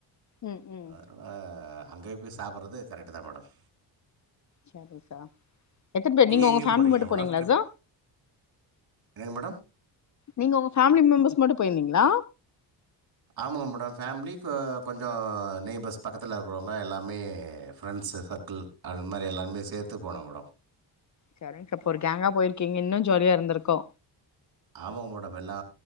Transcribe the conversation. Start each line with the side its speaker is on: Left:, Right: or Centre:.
Left: ம் ம்
Right: அஹ் அங்கேய போய் சாப்புட்றது கரக்டு தா மேடம்
Left: சரி சா எத்தன பேர் நீங்க
Right: எங்கேயும்
Left: உங்க ஃபேமிலி
Right: போலீங்களா
Left: மட்டு
Right: மேடம்
Left: போனீங்களா
Right: ட்ரிப்?
Left: சா
Right: என்னங்க மேடம்?
Left: நீங்க உங்க ஃபேமிலி மெம்பர்ஸ் மட்டு போய்ர்ந்தீங்ளா
Right: ஆமாங்க மேடம் ஃபேமிலி க கொஞ்சோ நெய்பர்ஸ் பக்கத்துல இருக்குறவங்க எல்லாமே ஃப்ரெண்ட்ஸ் ச சர்க்கிள் அது மாரி எல்லார்மே சேத்து போனோ மெடொ
Left: சரிங்கப்பொரு கேங்கா போயிருக்கீங்க இன்னு ஜோலியா இருந்திருக்கு
Right: ஆமங்மொடம் எல்லா